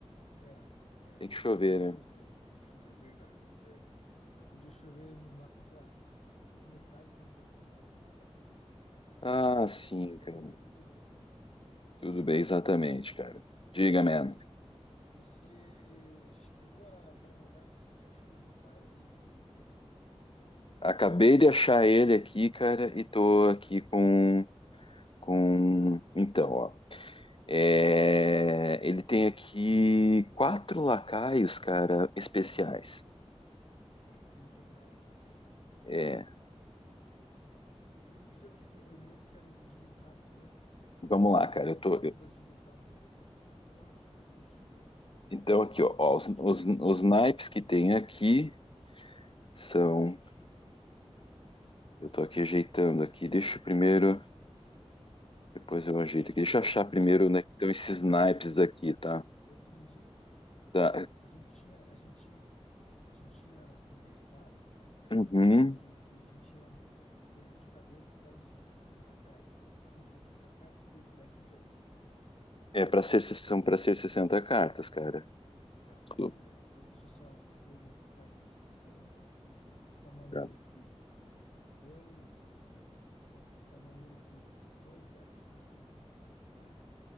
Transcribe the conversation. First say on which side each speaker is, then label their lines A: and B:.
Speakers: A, on the left; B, on the left.
A: É, é,
B: Tem que chover,
A: é, tem que chover,
B: né?
A: né? Tem que chover, verdade, verdade. Mas podia chover no, lá pela, na metade do- da semana, né?
B: Ah, sim,
A: Mas, mas tudo
B: cara.
A: bem, tudo bem, tudo bem.
B: Tudo bem, exatamente, cara. Diga, man.
A: Bem, você chegou a dar uma olhada se você achou um baralhinho daqueles que a gente está desenvolvendo do jogo?
B: Acabei de achar ele aqui, cara, e tô aqui com com
A: E aí?
B: então, ó. É, ele tem aqui quatro lacaios, cara, especiais.
A: Certo, que não tem naipe, né?
B: É,
A: Eu não me lembro o que que é. Eu me lembro que era um de limpar a mesa.
B: vamos lá, cara.
A: umas
B: Eu tô,
A: bombas de limpar a mesa e uns negócios de proteger, eu acho.
B: Então, aqui,
A: Uns
B: ó, ó,
A: escudinhos,
B: os, os,
A: né?
B: os naipes que tem aqui são. Eu tô aqui ajeitando aqui. Deixa eu primeiro. Depois eu ajeito aqui. Deixa eu achar primeiro
A: Tá.
B: né é que estão esses
A: É o seguinte,
B: naipes aqui,
A: é o, se-
B: tá?
A: é o seguinte, eu-
B: Tá.
A: a gente tinha, a gente tinha, a gente tinha conversado
B: Uhum.
A: que e a gente tinha feito de cabeça que eram 60 cartas. Essas são 60 cartas por deck mesmo, então.
B: É para ser, são para ser sessenta cartas, cara.
A: Tá, então
B: Su-
A: beleza. Então deixa eu só, eu vou anotar aqui 60 de tal maneira
B: tá.
A: que dois de, ma- de tal maneira que dois decks são cento e vinte concorda?